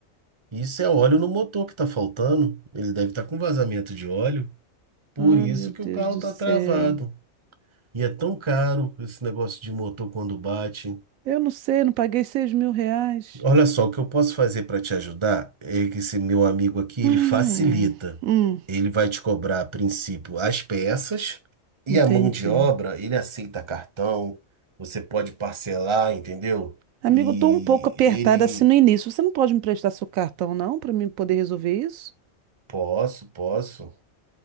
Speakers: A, on the right (about 25°); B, on the right (about 80°).
A: Isso é óleo no motor que tá faltando. Ele deve estar com vazamento de óleo. Por
B: Ah,
A: isso
B: meu
A: que
B: Deus
A: o carro
B: do
A: tá
B: céu.
A: travado. E é tão caro esse negócio de motor quando bate.
B: Eu não sei, não paguei seis mil reais.
A: Olha só, o que eu posso fazer para te ajudar é que esse meu amigo aqui, ele
B: Ai,
A: facilita.
B: ai. Hum,
A: Ele vai te cobrar, a princípio, as peças e
B: entendi.
A: a mão de obra, ele aceita cartão, você pode parcelar, entendeu?
B: Amigo,
A: E
B: eu tô um pouco apertada
A: ele,
B: assim no início. Você não pode me prestar seu cartão, não, para mim poder resolver isso?
A: posso, posso.